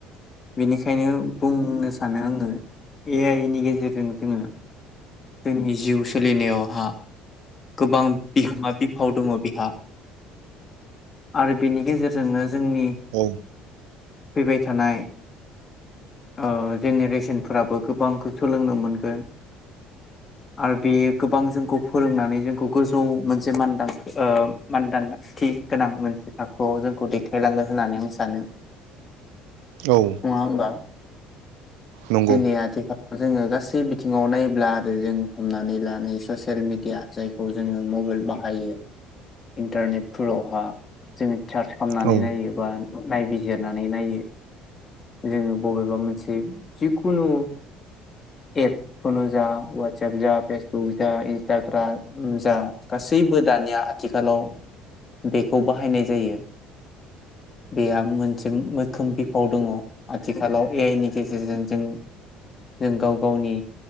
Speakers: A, on the left; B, on the right.
A: बेनिखायनो बुंनो सानो आङो ए आइ नि गेजेरजों जोङो जोंनि जिउ सोलिनायावहा गोबां बिहोमा बि फाव दङ बिहा आरो बेनि गेजेरजोंनो जोंनि
B: औ
A: फैबाय थानाय ओ जेनेरेसनफोराबो गोबांखौ सोलोंनो मोनगोन। आरो बे गोबां जोंखौ फोरोंनानै जोंखौ गोजौ मोनसे मान ओ मानदानथि गोनां मोनसे थाखोआव जोंखौ दैथायलाङो होननानै आं सानो।
B: औ
A: नङा होनबा
B: नंगौ
A: दिनै आथिखालाव जोङो गासै बिथिङाव नायब्ला आरो जों हमनानै लानाय ससियेल मिडिया जायखौ जोङो मबाइल बाहायो इन्टारनेटफोरावहा जोङो चार्च खालामनानै
B: औ
A: नायो बा नायबिजिरनानै नायो। जोङो बबेबा मोनसे जिकुनु एपखौनो जा ववाट्साप जा फेसबुक जा इन्सटाग्राम जा गासैबो दानिया आथिखालाव बेखौ बाहायनाय जायो। बेहा मोनसे मैखोम बिफाव दङ। आथिखालाव ए आइ नि गेजेरजों जों जों गाव गावनि